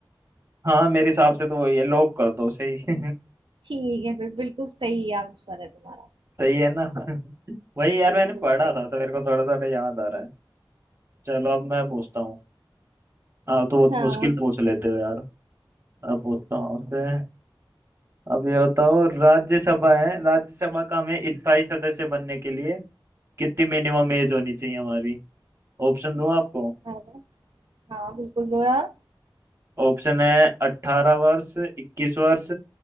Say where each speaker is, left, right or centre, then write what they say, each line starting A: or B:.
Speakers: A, on the right; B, on the right.
A: हाँ मेरे हिसाब से तो वही है लॉक कर दो सही <laughs>
B: ठीक है फिर बिल्कुल सही आंसर है तुम्हारा
A: सही है ना <laughs> वही यार
B: बिल्कुल
A: मैंने पढ़ा
B: सही
A: था तो मेरे को थोड़ा थोड़ा याद आ रहा है चलो अब मैं पूछता हूँ आप तो बहुत
B: हाँ
A: मुश्किल पूछ लेते हो यार अब पूछता हूँ आपसे अब ये बताओ राज्यसभा है राज्यसभा का हमें स्थायी सदस्य बनने के लिए कितनी मिनिमम एज होनी चाहिए हमारी ऑप्शन दूँ आपको
B: अरे हाँ बिल्कुल दो यार
A: ऑप्शन है अट्ठारह वर्ष इक्कीस वर्ष